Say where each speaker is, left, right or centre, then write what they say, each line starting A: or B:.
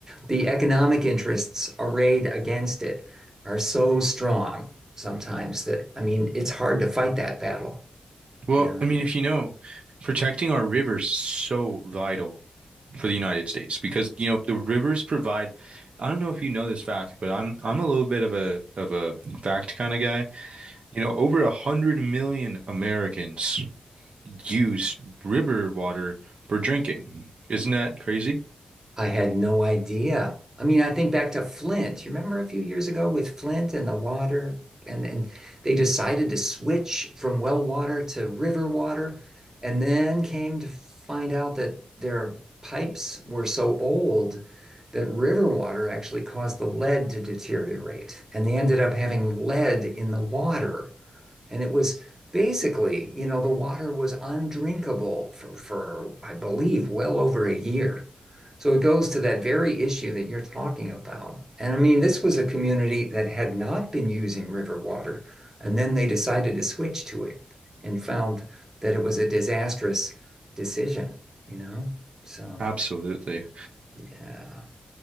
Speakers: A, on the right; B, on the right.
A: The economic interests arrayed against it are so strong sometimes that, I mean, it's hard to fight that battle,
B: Well,
A: you know?
B: I mean, if you know, protecting our rivers is so vital for the United States because, you know, the rivers provide, I don't know if you know this fact, but I'm I'm a little bit of a of a fact kind of guy. You know, over a hundred million Americans use river water for drinking. Isn't that crazy?
A: I had no idea. I mean, I think back to Flint. You remember a few years ago with Flint and the water, and and they decided to switch from well water to river water, and then came to find out that their pipes were so old that river water actually caused the lead to deteriorate, and they ended up having lead in the water. And it was basically, you know, the water was undrinkable for, for I believe, well over a year. So it goes to that very issue that you're talking about. And I mean, this was a community that had not been using river water, and then they decided to switch to it and found that it was a disastrous decision, you know? So,
B: Absolutely.
A: yeah.